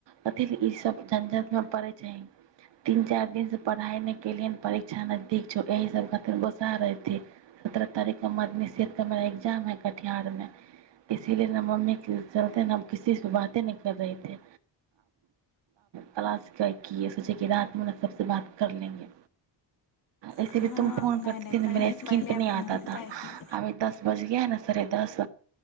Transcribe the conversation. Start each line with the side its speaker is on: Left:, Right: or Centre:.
Right: कथ ई सब झंझट में पड़े छै तीन चार दिन से पढ़ाई नहि केलिये परीक्षा नजदीक छौ एहि सब खार गोस्सा रहे सत्रह तारीख मद्यनिषेध का हमारा ए्जाम है कटिहार मे इसीलिए ने ममी चलते न किस को बाते न कर रहेे तलाश क सोचे र मे सबसँ बात कर लेंगे ऐसे
Left: हँ
Right: भी तुम फोन
Left: नहि
Right: करत
Left: नहि
Right: कीपने
Left: पहिले पहिले अपने
Right: नहि आताथा अभी दस बजे है ने सरे दस